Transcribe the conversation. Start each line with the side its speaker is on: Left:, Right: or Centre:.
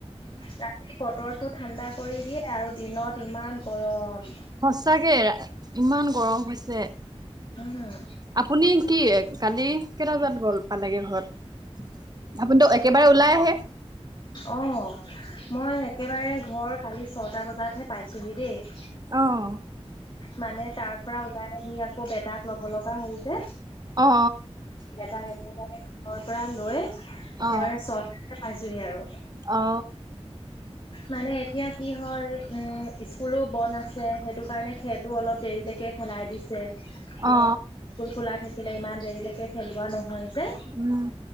Left: ৰাতি বতৰ। টো ঠাণ্ডা কৰি দিয়ে আৰু দিনত ইমান গৰম।
Right: সঁচাকে ইমান গৰম। যে
Left: উম
Right: আপুনি কি কালি কেইটা বজাত গ'ল পালেগে ঘৰত। আপুনি তোক একেবাৰে ওলাই আহে।
Left: অঁ মই একেবাৰে ঘৰ কালি ছটা বজাতহে পাইছোঁহি দেই।
Right: অহ।
Left: মানে তাৰ পৰা ওলাই আহি আকৌ বেটাক ল'ব লগা হ'ল যে।
Right: অ।
Left: এটা কেটা। পৰা লৈ একেবাৰে
Right: অ
Left: চট পাইছোহি আৰু।
Right: অ
Left: মানে এতিয়া কি হয় উম স্কুলো বন্ধ আছে সেইটো কাৰণে খেলো অলপ। দেৰিলৈকে খেলাই দিছে ত'
Right: অ
Left: স্কুল খোলা থাকিলে ইমান দেৰিলৈকে খেলোৱা নহয়। ত'
Right: উম